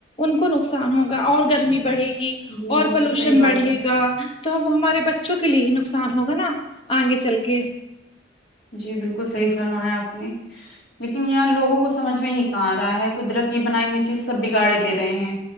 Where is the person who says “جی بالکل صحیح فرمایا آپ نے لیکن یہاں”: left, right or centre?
Left